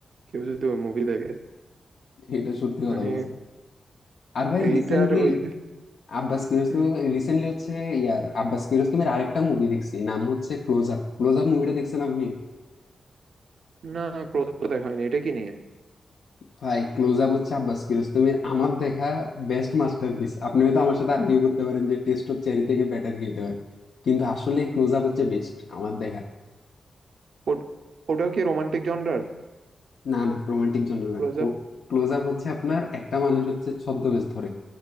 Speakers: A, on the right; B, on the left.
A: কেউ যদি ওই মুভি দেখে
B: এটা সত্যি কথা
A: মানে
B: বলছি। আর ভাই
A: এইটার
B: রিসেন্টলি
A: ওই
B: আব্বাস কিয়ারোস্তমি
A: হুম,
B: রিসেন্টলি হচ্ছে ইয়ার আব্বাস কিয়ারোস্তমির আরেকটা মুভি দেখছি নাম হচ্ছে ক্লোজ আপ ক্লোজ আপ মুভিটা দেখছেন আপনি
A: না ক্লোজ আপ তো দেখা হয়নি এটা কি নিয়ে
B: ভাই ক্লোজ আপ হচ্ছে আব্বাস কিয়ারোস্তমির আমার দেখা বেস্ট মাস্টারপিস আপনি হয়তো আমার সাথে আর্গিউ করতে পারেন যে টেস্ট অফ চেরি থেকে বেটার কি হতে পারে কিন্তু আসলে ক্লোজ আপ হচ্ছে বেস্ট আমার দেখা
A: ওট- ওটাও কি রোমান্টিক জনরার
B: না না রোমান্টিক জন্য না
A: ক্লোজ আপ
B: ক্লোজ আপ হচ্ছে আপনার একটা মানুষ হচ্ছে ছদ্মবেশ ধরে